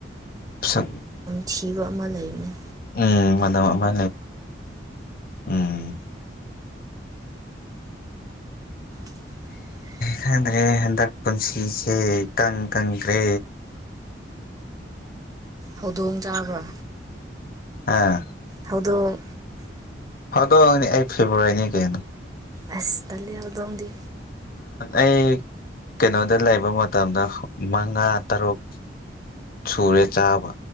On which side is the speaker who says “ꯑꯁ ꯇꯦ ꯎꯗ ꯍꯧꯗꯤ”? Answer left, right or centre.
Right